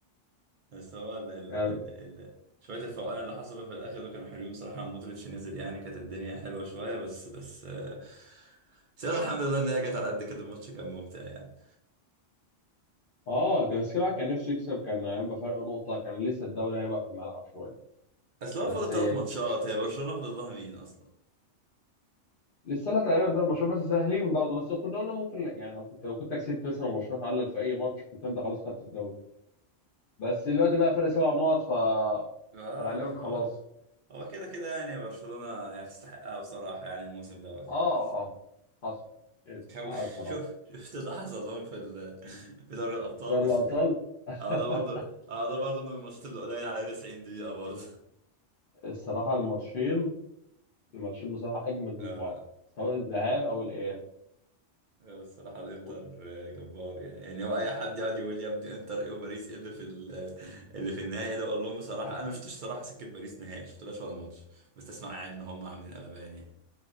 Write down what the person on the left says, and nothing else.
يعني
اه كان بس كده الواحد كان نفسه يكسب كان هيبقى فرق نقطه كان لسه الدوري هيبقى في الملعب شويه
بس
لسه لا تقريبا ده المشروع بس سهلين برضه بس كنا قلنا ممكن لك يعني لو كنت لو كنت كسبت مثلا وبرشلونه اتعادلت في اي ماتش كنت انت خلاص خدت الدوري بس دلوقتي بقى فرق سبع نقط ف
غالبا
خلاص
اه
اه حصل يتسحقها
بصراحه
دوري الابطال <laughs>
الصراحه الماتشين الماتشين بصراحه
اجمد من
بعض سواء الذهاب او الاياب
و-
لا